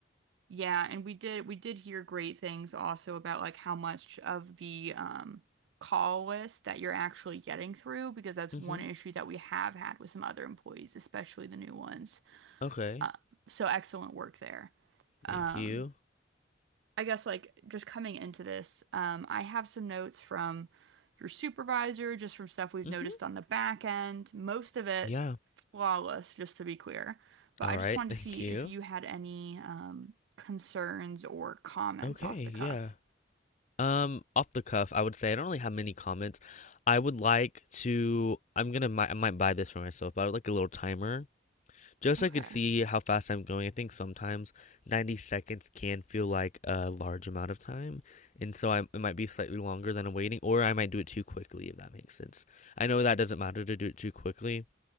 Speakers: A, on the right; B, on the left.
A: Yeah, and we did we did hear great things also about like how much of the um call list that you're actually getting through because that's
B: Mm-hmm.
A: one issue that we have had with some other employees, especially the new ones.
B: Okay.
A: Uh, so excellent work there. Um
B: Thank you.
A: I guess like just coming into this, um, I have some notes from your supervisor, just from stuff we've
B: Mm-hmm.
A: noticed on the back end. Most of it
B: Yeah.
A: flawless, just to be clear. But
B: All
A: I just
B: right.
A: wanted
B: <laughs> Thank
A: to see
B: you.
A: if you had any um, concerns or comments
B: Okay.
A: off the cuff.
B: Yeah. Um, off the cuff, I would say I don't really have many comments. I would like to. I'm gonna. mi- I might buy this for myself, but I would like a little timer just
A: Okay.
B: so I could see how fast I'm going. I think sometimes 90 seconds can feel like a large amount of time, and so I, it might be slightly longer than I'm waiting, or I might do it too quickly if that makes sense. I know that doesn't matter to do it too quickly,